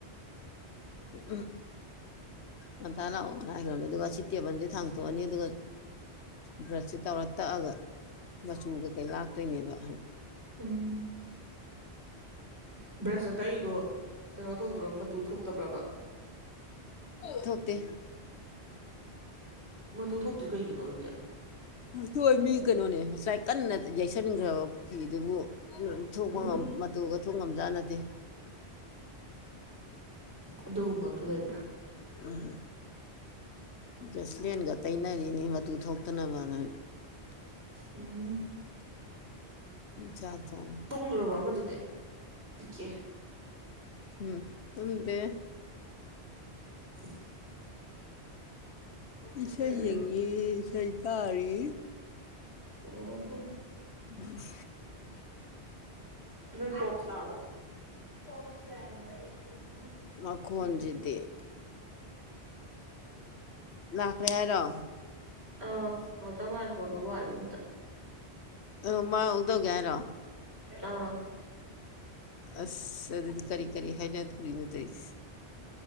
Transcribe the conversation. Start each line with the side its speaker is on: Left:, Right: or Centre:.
Left: ꯎꯝ ꯃ ꯇ ꯂꯑꯣ ꯀꯦ ꯑꯗꯨꯒ ꯆꯠꯇꯦꯕꯟꯗꯤꯦ ꯊꯥꯡꯪꯦ ꯇꯣꯛꯑꯅꯤ ꯑꯗꯨꯒ ꯕ꯭ꯔꯁꯁꯦ ꯇꯧꯔ ꯇꯛꯑꯒ ꯃꯆꯨ ꯀꯩꯀꯩ ꯂꯥꯛꯇꯣꯏꯅꯦꯕ
Right: ꯎꯝ ꯕ꯭ꯔꯁ ꯅꯠꯇꯏꯗꯣ ꯀꯩꯅꯣ ꯇꯧꯗ꯭ꯔ ꯇꯨ ꯊꯣꯛꯇꯕ꯭ꯔꯕ
Left: ꯊꯣꯛꯀꯦ
Right: ꯃꯇꯨ ꯊꯣꯛꯇ꯭ꯔꯤ ꯀꯩꯒꯤꯅꯣ ꯑꯗꯨꯗꯤ
Left: ꯇꫭ ꯃꯤ ꯀꯩꯅꯣꯅꯦ ꯉꯁꯥꯏ ꯀꯟꯅ ꯌꯩꯁꯟꯈ꯭ꯔꯕ ꯏꯗꯨꯕꯨ ꯎ ꯊꯣꯛꯄ
Right: ꯎꯝ
Left: ꯉꯝ ꯃꯇꯨꯒ ꯊꯣꯛ ꯉꯝꯖꯠ ꯅꯠꯇꯦ
Right: ꯑꯗꯨꯒꯨꯝꯕ ꯑꯃꯁꯁꯨ ꯂꯩꯕ꯭ꯔꯥ
Left: ꯎꯝ ꯌꯦꯁ ꯂꯦꯟꯒ ꯇꯩꯅꯔꯤꯅꯤ ꯃꯇꯨ ꯊꯣꯛꯇꯅꯕꯅ
Right: ꯎꯝ
Left: ꯆꯥꯛ ꯊꯣꯡ
Right: ꯇꯨꯡꯒ꯭ꯔꯕ ꯑꯃꯗꯨꯗꯤ ꯄꯤꯛꯑꯦ꯫
Left: ꯉꯤ ꯎꯝ ꯇꯨꯝꯗꯦ
Right: <inaudible>
Left: ꯏꯁꯩ
Right: ꯎꯝ
Left: ꯌꯦꯡꯉꯤ ꯏꯁꯩ ꯇꯥꯔꯤ
Right: ꯑꯣ
Left: ꯎꯝ
Right: ꯅ ꯄꯣꯞꯁ ꯂꯥꯛ ꯑꯥꯕꯣ ꯀꯩ ꯍꯥꯌꯕꯅꯤ ꯑꯩꯁ ꯗꯤ
Left: ꯃꯈꯣꯟꯁꯤꯗꯤ ꯂꯥꯛꯈ꯭ꯔꯦ ꯍꯥꯏꯔꯣ
Right: ꯑꯥ ꯉꯥꯛꯇ ꯉꯥꯏꯈꯣ ꯑꯗꯨꯣ ꯋꯥꯠꯂꯤ ꯑꯝꯇ
Left: ꯃꯥ ꯇꯧꯒꯦ ꯍꯥꯏꯔꯣ
Right: ꯑꯥ
Left: ꯑꯁ ꯑꯗꯨꯗꯤ ꯀꯔꯤ ꯀꯔꯤ ꯍꯥꯏꯅꯗꯣꯔꯤꯅꯣ ꯇꯁ